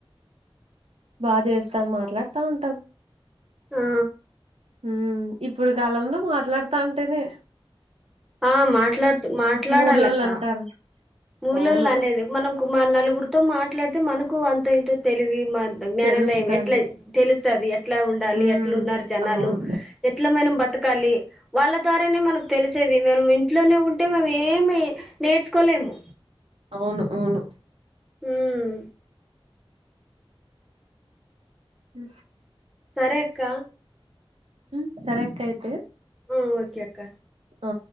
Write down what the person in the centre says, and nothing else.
ఆ
ఆ మాట్లాడ్త మాట్లాడాలక్క
మూలలు
అనేది మనం మ నలుగురితో మాట్లాడితే మనకు అంత ఇంతో తెలివి మా జ్ఞానోదయం
ఎట్లా తెలుస్తది ఎట్లా ఉండాలి
ఎట్లా ఉన్నారు జనాలు
ఎట్ల మనం బతకాలి వాళ్ళ ద్వారానే మనకు తెలిసేది మేం ఇంట్లోనే ఉంటే మేము ఏమి నేర్చుకోలేము
ఉమ్
సరే అక్క
వ్మ్ ఓకే అక్క